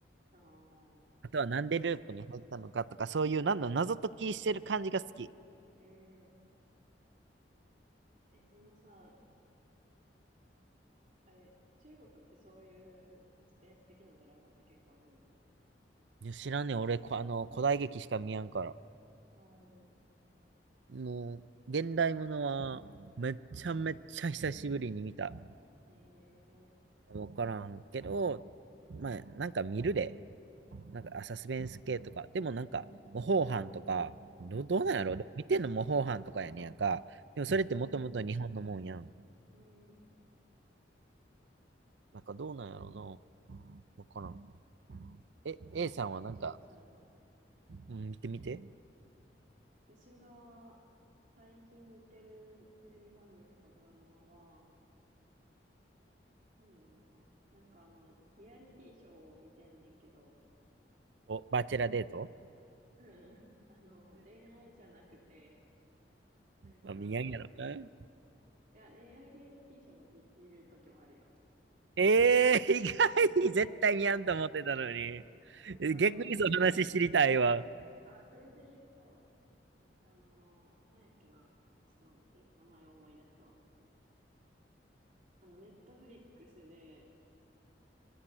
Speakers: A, on the right; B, on the right.
A: ああ、
B: あとはなんでループに入ったのかとか、
A: え、うん、
B: そういうなんの謎解きしてる感じが好き。い
A: うんえ、そのさ、あれ、中国ってそういうサスペンス的なドラマって結構ある
B: や、知らんねん。俺、こあの、古代劇しか見やんから。
A: のお
B: もう、現代ものはめっちゃめっちゃ久しぶりに見た。
A: ー、へえ、
B: わからんけど、まあ、なんか見るで。なんか、あサスペンス系とか、でもなんか、模倣犯とか、ど、
A: うん、
B: どうなんやろ見てんの模倣犯とかやねんやんか。でもそれってもともと日本のもんやん。
A: うん、うん、うん。うんう
B: なんかどうなんやろな。わからん。え、A さんはなんか、
A: ん面白そうやな。
B: うん、見てみて。
A: 私が最近見てるテレビ番組とかドラマは、そうやな。なんかあの、リアリティショーを見てんねんけど、
B: お、バチェラデート
A: うん、あの、恋愛じゃなくて、なんか、
B: あ、見やんやろな。
A: いや、恋愛リアリティショーも見、見るときもあるよ。
B: えー、意外絶対見やんと思ってたのに。
A: なんかあの、
B: え逆にその話知りたいわ。
A: あ、それで言うと、あのー、なんやっけな。ちょっと待って、名前思い出すわ。あの、ネットフリックスで